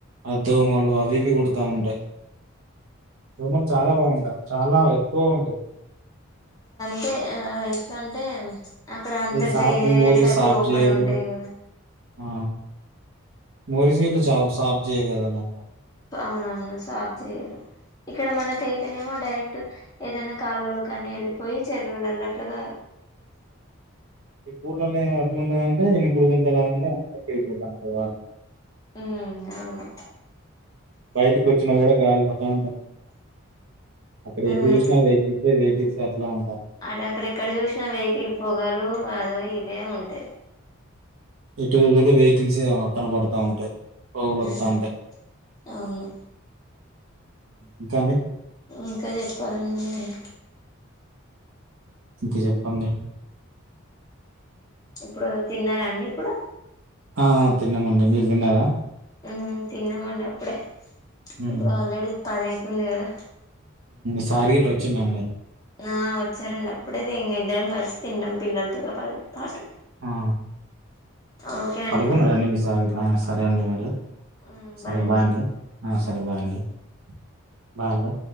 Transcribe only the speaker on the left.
అ ఆ ఎందుకంటే అక్కడ అంత
డ్రైన్ ఏరియాస్
అవి
ఓపెన్
ఉంటాయి కదా
అవునవును సాఫ్ చెయ్యరు ఇక్కడ మనకైతేనేమో డైరెక్ట్ ఏదైనా కాలువలో కానీ వెళ్ళిపోయి చెర్రులల్లట్లుగా
ఉమ్ అవును
ఉమ్
అ అక్కడ ఎక్కడ చూసినా వెహికల్ పొగలు అదో ఇదే ఉంటాది
ఉమ్
అవును
ఇంకా చెప్పాలండి నేను
ఇప్పుడు తిన్నారా అండి ఇప్పుడు
ఉ తిన్నామండి అప్పుడే
ఇప్పుడు ఆల్రెడీ పద అవుతుంది కదా
నా వచ్చారండి అప్పుడేది ఇం ఇద్దరం కలిసి తింటాం పిల్లలతో పా పాటు
ఓకే అండి
మరి
ఉమ్
బాయ్ అండి
ఉమ్
బాయ్